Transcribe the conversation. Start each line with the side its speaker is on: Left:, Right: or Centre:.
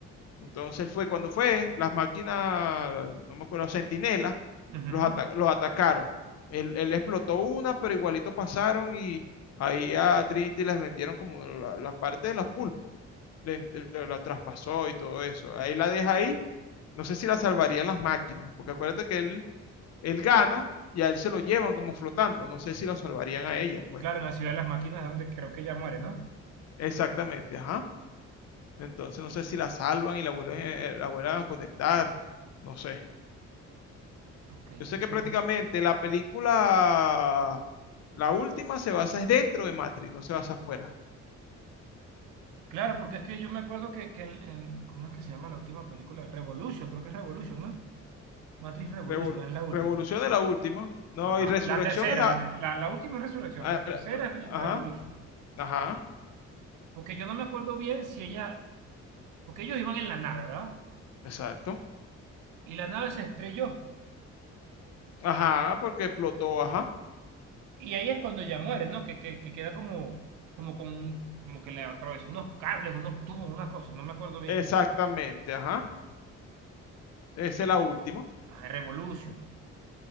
Left: Entonces él fue, cuando fue, las máquinas, no me acuerdo, centinelas,
Right: ujú.
Left: los, ata- los atacaron. Él, él explotó una, pero igualito pasaron y ahí a Trinity les metieron como la, la parte de los pulpos. Le ent- la, la traspasó y todo eso. Ahí la deja ahí. No sé si la salvarían las máquinas, porque acuérdate que él, él gana y a él se lo llevan como flotando. No sé si la salvarían a ella, pues.
Right: Claro, en la ciudad de las máquinas es donde creo que ella muere, ¿no?
Left: Exactamente, ajá. Entonces no sé si la salvan y la vuelven, eh, la vuelven a conectar. No sé.
Right: Ok, es
Left: Yo sé
Right: que
Left: que
Right: solo...
Left: prácticamente la película, la última, se basa es dentro de Matrix, no se basa afuera.
Right: Claro, porque es que yo me acuerdo que, que en, en- ¿cómo es que se llama la última película? Revolution, creo que es Revolution, ¿no? Matrix Revolution,
Left: Revol-
Right: es la última.
Left: Revolución es la última. No,
Right: Ajá,
Left: y Resurrección
Right: la tercera,
Left: es la...
Right: la, la, la última es Resurrección,
Left: a-
Right: la tercera es el
Left: Ajá,
Right: Revolution.
Left: ajá,
Right: Porque yo no me acuerdo bien si ella, porque ellos iban en la nave, ¿verdad?
Left: exacto.
Right: Y la nave se estrelló.
Left: Ajá, porque explotó, ajá.
Right: Y ahí es cuando ella muere, ¿no? Que, que, que queda como, como con, un- como que le atravesó unos cables, unos tubos, una cosa, no me acuerdo bien.
Left: Exactamente, ajá. Esa
Right: En-
Left: es la última.
Right: ah, Revolution.